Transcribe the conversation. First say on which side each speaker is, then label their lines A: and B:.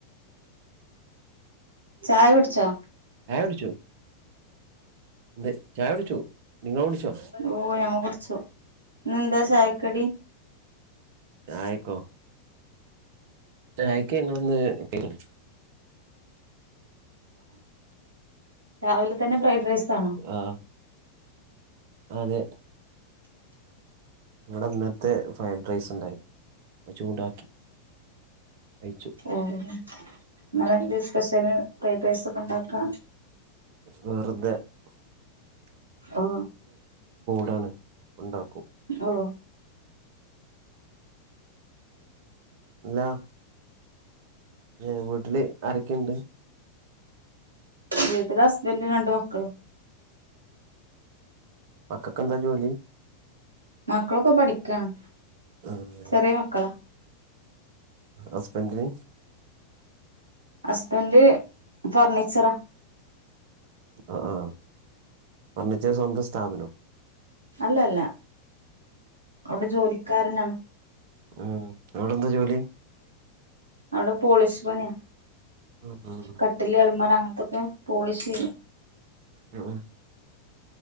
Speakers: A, on the right; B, on the right.
A: ചായ
B: ചായ
A: കുടിച്ചോ
B: കുടിച്ചു ന്ത് ചായ കുടിച്ചു നിങ്ങള് കുടിച്ചോ
A: ഓ ഞങ്ങൾ കുടിച്ചു ഇന്നെന്താ ചായക്കടി
B: ചായക്കൊ ചായക്ക് ങ്ങള്ന്ന് പിന്നെ
A: രാവിലെ തന്നെ ഫ്രൈഡ് റൈസ് ആണോ
B: ആ അതെ ഇവിടെ ന്നൽത്തെ ഫ്രൈഡ് റൈസ് ഉണ്ടായിരുന്നു അത് ചൂടാക്കി കഴിച്ചു
A: ഓ നിങ്ങളെന്ത് സ്പെഷ്യൽ ഫ്രൈഡ് റൈസ് ഒക്കെ ഉണ്ടാക്കാ
B: വെറ്തെ <unintelligible>
A: ഓ
B: താണ് ഉണ്ടാക്കും
A: ഓ
B: ന്നാ ഏ വീട്ടില് ആരൊക്ക ഇണ്ട്
A: വീട്ടില് ഹസ്ബൻഡ് രണ്ട് മക്കള്
B: മക്കക്കെന്താ ജോലി
A: മക്കളൊക്കെ പഠിക്കാണ്
B: ഉം
A: ചെറിയ മക്കളാ
B: ആ ബന്റ്
A: ഹസ്ബൻഡ് ഫർണിച്ചറാ
B: ആ ആ ഫർണിച്ചർ സ്വന്തം സ്ഥാപനം
A: അല്ലല്ല അവിടെ ജോലിക്കാരനാ
B: ഉം അവിടെന്താ ജോലി
A: അവിടെ പോളിഷ് പണിയാ
B: ഉം
A: കട്ടില് അലമാറങ്ങനെ എന്തൊക്കെ പോളിഷ് ചെയ്യും
B: ആ